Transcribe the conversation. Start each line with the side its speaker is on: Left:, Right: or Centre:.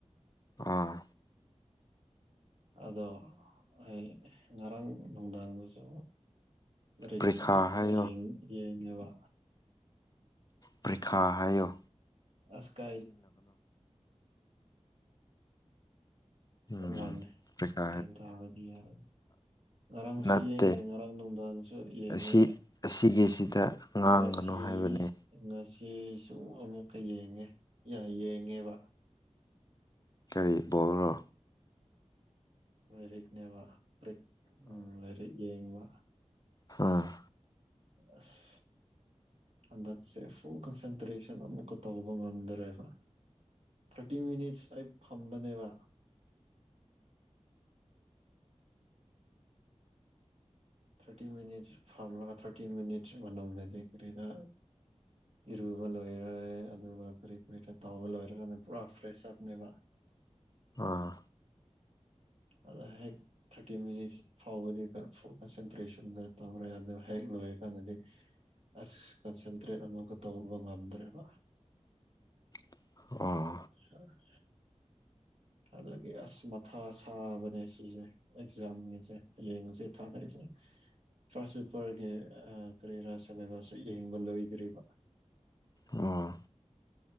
Left: ꯑꯥ
Right: ꯑꯗꯣ ꯑꯩ ꯉꯔꯥꯡ ꯅꯨꯡꯗꯥꯡꯗꯁꯨ ꯑꯔꯦ
Left: ꯄꯔꯤꯈꯥ ꯍꯥꯏꯌꯣ
Right: ꯗꯔꯥ ꯌꯦ ꯌꯦꯕ
Left: ꯄ꯭ꯔꯤꯈꯥ ꯍꯥꯏꯌꯨ
Right: ꯑꯁ
Left: ꯎꯝ
Right: ꯁꯃꯅꯦ
Left: ꯄꯔꯤꯈꯥ
Right: ꯌꯦꯕꯗꯤ ꯌꯥ ꯉꯔꯥꯡꯁꯨ
Left: ꯅꯠꯇꯦ
Right: ꯌꯦꯡꯉꯦ ꯉꯔꯥꯡ ꯅꯨꯡꯗꯥꯡꯁꯨ ꯌꯦꯡꯉꯦ
Left: ꯑꯁꯤ ꯑꯁꯤꯒꯤꯁꯤꯗ ꯉꯥꯡꯒꯅꯨ
Right: ꯉꯁꯤ
Left: ꯍꯥꯏꯕꯅꯦ
Right: ꯉꯁꯤꯁꯨ ꯑꯃꯨꯛꯀ ꯌꯦꯡꯉꯦ ꯌꯦꯡꯉꯦꯕ
Left: ꯀꯔꯤ ꯣꯜꯔꯣ
Right: ꯔꯤꯅꯦ ꯋꯥ ꯎꯝ ꯌꯦꯉ ꯋꯥ
Left: ꯑꯝ
Right: ꯑꯁ ꯍꯟꯗꯛꯁꯦ ꯐꯨꯜ ꯀꯟꯁꯦꯟꯇ꯭ꯔꯦꯁꯟ ꯑꯃꯨꯛꯀ ꯇꯧꯕ ꯉꯝꯗ꯭ꯔꯦꯕ ꯊꯥꯔꯇꯤ ꯃꯤꯅꯤꯠꯁ ꯑꯩ ꯐꯝꯕꯅꯦꯕ
Left: ꯑ
Right: ꯊꯥꯔꯇꯤ ꯃꯤꯅꯤꯠꯁ ꯐꯥꯔꯃꯂꯒ ꯊꯥꯔꯇꯤ ꯃꯤꯅꯤꯠꯁ ꯃꯅꯗꯔꯤꯗ ꯏꯔꯨꯕ ꯂꯣꯏꯔꯦ ꯑꯗꯨꯒ ꯀꯔꯤ ꯀꯨꯔꯤ ꯀꯔ ꯇꯧꯕ ꯂꯣꯏꯔꯅ ꯄꯨꯔꯥ ꯐ꯭ꯔꯦꯁ ꯑꯞꯅꯦꯕ
Left: ꯑꯥ
Right: ꯑꯗ ꯍꯦꯛ ꯊꯥꯔꯇꯤ ꯃꯤꯅꯤꯠꯁ ꯐꯥꯎꯕꯗꯤ ꯀꯟꯁꯦꯟꯇ꯭ꯔꯦꯁꯟꯗ ꯇꯧꯔꯦ ꯑꯗꯣ ꯍꯦꯛ ꯂꯣꯏꯔꯀꯥꯟꯗꯗꯤ ꯑꯁ ꯀꯟꯁꯦꯟꯇ꯭ꯔꯦꯠ ꯑꯃꯒ ꯇꯧꯕ ꯉꯝꯗ꯭ꯔꯦꯕ
Left: <inaudible>
Right: ꯑ
Left: ꯑꯣ
Right: ꯑꯗꯒꯤ ꯑꯁ ꯃꯊꯥ ꯁꯥꯕꯅꯦ ꯁꯤꯁꯦ ꯑꯦꯛꯖꯥꯝꯒꯤꯁꯦ ꯂꯦꯡꯁꯦ ꯊꯥꯅꯁꯦ ꯐꯥꯔꯁ ꯄꯔꯒꯤ ꯀꯔꯤꯔꯥ ꯁꯤꯦꯂꯦꯕꯁꯁꯨ ꯌꯦꯡꯕ ꯂꯣꯏꯗ꯭ꯔꯤꯕ
Left: ꯑꯥ